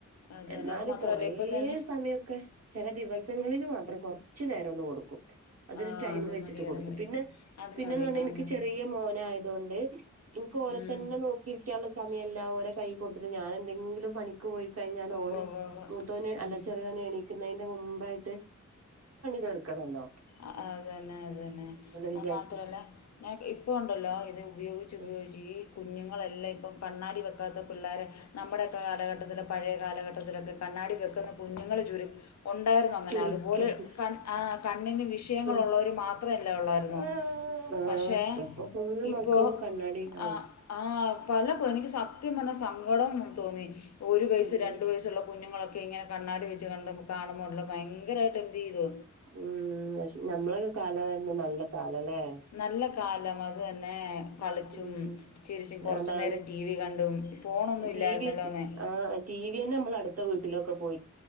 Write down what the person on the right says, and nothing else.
എന്നാലും
കൊറേ
സമയൊക്കെ ചില ദിവസങ്ങളില്
മാത്രം കൊർ കുറച്ച് നേരം ഒന്ന് കൊടുക്കും. അതൊരു
ടൈം
വെച്ചിട്ട്
കൊടുക്കും.
പിന്നെ
പിന്നെന്ന്
പറഞ്ഞാൽ
എനിക്ക്
ചെറിയ മോന് ആയതുകൊണ്ട് എനിക്ക് ഓരോ
തന്നെ നോക്കിരി ഉള്ള സമയം ഇല്ല. ഓരെ കൈ കൊടുത്തിട്ട് ഞാന് എന്തെങ്കിലും പണിക് പോയിക്കഴിഞ്ഞാൽ
ഓന്
മൂത്തോന്, അല്ല
ചെറിയോന് എണീക്കുന്നതിന്റെ മുമ്പായിട്ട് തീർക്കണന്നോ
വിചാരിച്ചിട്ട്
ഉം.
ചുരുക്കേണ്ട
ഉം
ആഹ്
ഇപ്പൊ ഫുള്ള്
മക്കളും കണ്ണാടിയിലാണ്
ഉം
ഉം പക്ഷെ ഞമ്മളെക്കെ കാലവാരുന്നു നല്ല കാലല്ലേ
ഉം
അതാണ്
ടി വി
ആഹ് ടി വിയന്നെ നമ്മളടുത്തവീട്ടിലൊക്കെ പോയി